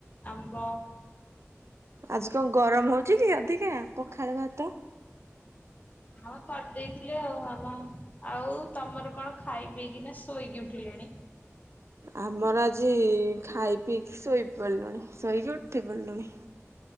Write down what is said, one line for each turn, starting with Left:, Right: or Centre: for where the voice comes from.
Left: ଆମ୍ବ।
Right: ଆଜି କଙ୍ଗ୍ ଗରମ୍ ହଉଚି କି ଅଧିକା ପଖାଳ ଭାତ?
Left: ହଁ କରିଦେଇଥିଲେ ଆଉ ଆମ ଆଉ ତମର କଣ ଖାଇ ପିଇକି ନା ଶୋଇକି ଉଠିଲଣି?
Right: ଆମର ଆଜି ଖାଇ ପିଇ ପିକ୍ ଶୋଇ ପରିଲୁଣି ଶୋଇକି ଉଠି ପରଲୁଣି।